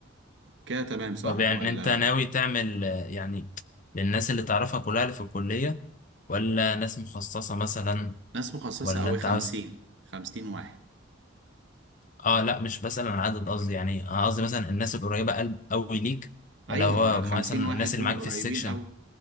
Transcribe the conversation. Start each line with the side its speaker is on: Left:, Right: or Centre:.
Right: كده تمام صح
Left: طب يعني
Right: ولا
Left: انت ناوي تعمل آه، يعني للناس اللي تعرفها كلها اللي في الكلية ولا ناس مخصصة مثلا
Right: ناس مخصصة
Left: ولا
Right: قوي
Left: انت
Right: خمسين
Left: عاوز
Right: خمسين واحد
Left: اه لا مش بسأل عن عدد قصدي يعني آه، قصدي مثلا الناس القريبة قلب قوي ليك ولا
Right: ايوه
Left: هو
Right: مع الخمسين
Left: مثلا
Right: واحد
Left: الناس
Right: دول
Left: اللي معاك
Right: قريبين
Left: في السكشن
Right: قوي